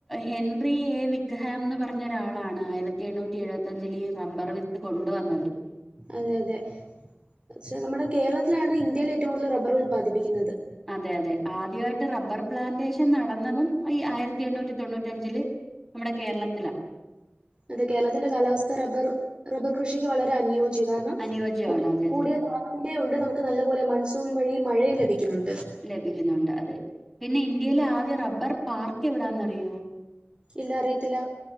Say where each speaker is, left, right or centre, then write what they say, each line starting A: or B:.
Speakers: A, in the centre; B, on the right (about 25°).
A: ഹെൻറി എ വിക്ക്ഹെംന്ന് പറഞ്ഞൊരാളാണ് ആയിര എണ്ണൂറ്റി എഴുവത്തഞ്ച്ലീ റബ്ബർ വിത്ത് കൊണ്ടുവന്നത്
B: അതെ അതെ പക്ഷെ നമ്മുടെ കേരളത്തിലാണ് ഇന്ത്യയില് ഏറ്റവും കൂടുതൽ റബ്ബറ് ഉല്പാദിപ്പിക്കുന്നത്.
A: അതെ അതെ ആദ്യവായ്ട്ട് റബ്ബർ പ്ലാന്റേഷൻ നടന്നതും ഈ ആയിരത്തി എണ്ണൂറ്റി തൊണ്ണൂറ്റഞ്ച്ല് നമ്മടെ കേരളത്തിലാ
B: അത് കേരളത്തിന്റെ കാലാവസ്ഥ റബർ റബ്ബർ കൃഷിക്ക് വളരെ അനുയോ <unintelligible>
A: അനുയോജ്യമാണ്
B: കു
A: അതെ അതെ
B: കൂടിയ താപ പിന്നെയ് ഉണ്ട് നമുക്ക് നല്ലപോലെ മൺസൂൺ വഴി മഴയും ലഭിക്കുന്നുണ്ട്.
A: ലഭിക്കുന്നുണ്ട് അതെ പിന്നെ ഇന്ത്യയിലെ ആദ്യ റബ്ബർ പാർക്ക് എവിടാന്നറിയോ?
B: ഇല്ല അറിയത്തില്ല